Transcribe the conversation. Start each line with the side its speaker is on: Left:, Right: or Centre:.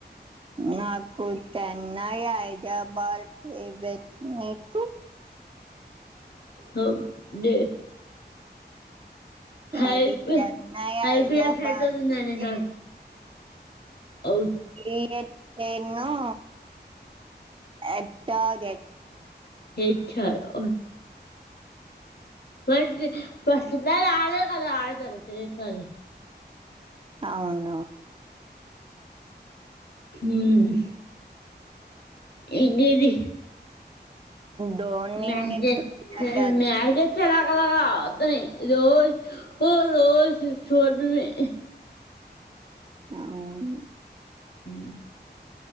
Right: నాకు చెన్నై, హైదరాబాద్ ఫేవరెట్ నీకు
Left: హబ్ నే
Right: తది
Left: హైబి
Right: చెన్నై, హైదరాబాద్
Left: ఐబిఎస్ ఎట్ అవుతుందండి
Right: తి
Left: నాకు అవును
Right: ఏ టెన్ను ఎట్టగ
Left: తెచ్చాను మనిషి ఫస్ట్ సారి అల్లే కదా అడ్తారు సెకండ్ సారి
Right: అవునవును
Left: ఉ ఇంకేటి
Right: ధోనిని
Left: మజ
Right: చూడగలుగుతా
Left: మహజ చలాగ అలాగా వద్దని రోజు ఓ రోజు చూడమే
Right: అవును
Left: ఉ